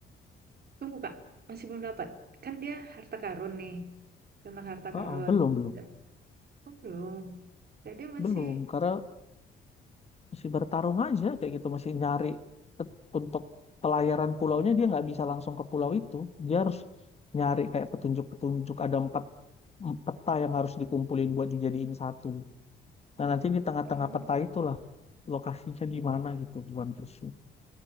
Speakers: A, on the right; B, on the left.
A: Tunggu Kak, masih belum dapat. Kan dia harta karun nih, tentang harta
B: Ah,
A: karun.
B: ah, belum belum
A: Udah. Oh, belum. Jadi masih
B: belum karena masih bertarung aja kayak gitu masih nyari ke- untuk pelayaran pulaunya dia nggak bisa langsung ke pulau itu dia harus nyari kayak petunjuk-petunjuk ada empat em- peta yang harus dikumpulin buat dijadiin satu nah nanti di tengah-tengah
A: hmm,
B: peta itulah lokasinya di mana gitu di One Piece